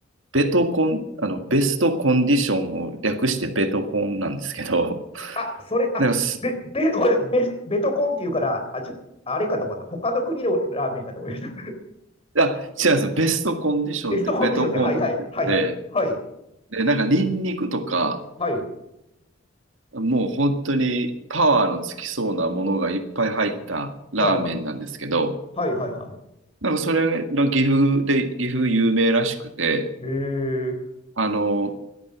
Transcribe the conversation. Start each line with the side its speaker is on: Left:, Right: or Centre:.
Right: ベトコン、あの、ベストコンディションを略してベトコンなんですけど、<laughs>
Left: あ、それ、あ、
Right: なんかす、
Left: べ、べ、ごめんなさい。ベス、ベトコンっていうから、あ、ちょっと、あれかと思った。他の国のラーメンかと思いました。
Right: あ、違うんですよ。ベストコンディションでベトコンって言って、
Left: <laughs> ベストコンディションで、はいはい、はいはい。はい、
Right: で、なんかニンニクとか、
Left: はい、
Right: もう本当にパワーのつきそうなものがいっぱい入ったラーメンなんですけど、
Left: はい、はい、はい、はい。
Right: なんかそれが岐阜で、岐阜有名らしくて、
Left: へえ、
Right: あの、